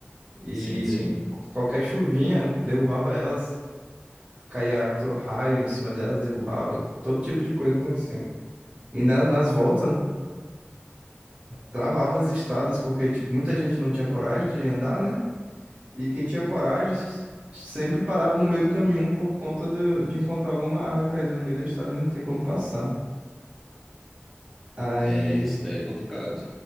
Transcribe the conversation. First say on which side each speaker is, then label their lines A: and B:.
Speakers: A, on the right; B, in the centre.
A: E
B: Sim, sim.
A: qualquer chuvinha derrubava elas. Caía tro- raio em cima delas, derrubava. Todo tipo de coisa acontecia. E na- nas voltas. travava as estradas, porque, tipo, muita gente não tinha coragem de andar, né? E quem tinha coragem s- sempre parava no meio do caminho por conta do- de encontrar alguma árvore caída no meio da estrada e não ter como passar. Aí,
B: É, isso daí é complicado.